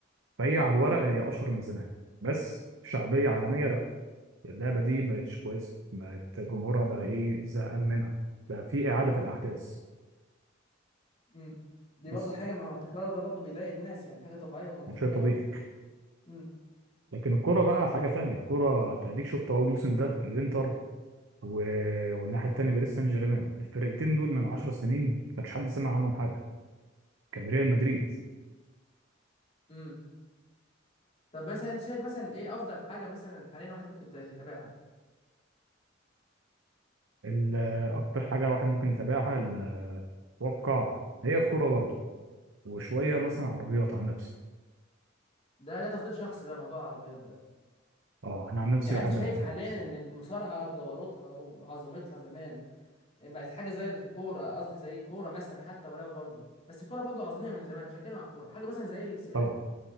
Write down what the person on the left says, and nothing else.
مم. دي برضو
حاجه ما هو التكرار ده برضو بيضايق الناس يعني حاجه طبيعيه ومنطقيه
برضو مم.
مم. طب مثلا انت شايف مثلا ايه افضل حاجه مثلا حاليا الواحد ممكن يت- يتابعها
امم
ده ده تفضيل شخصي بقى موضوع العربيات ده
يعني
انت شايف
حاليا ان المصارعه بجبروتها وعظمتها زمان بقت حاجه زي الكوره قصدي زي الكوره مثلا حتى ولو برضو بس الكوره برضو عظيمه من زمان مش هتكلم عن كوره حاجه مثلا زي السباق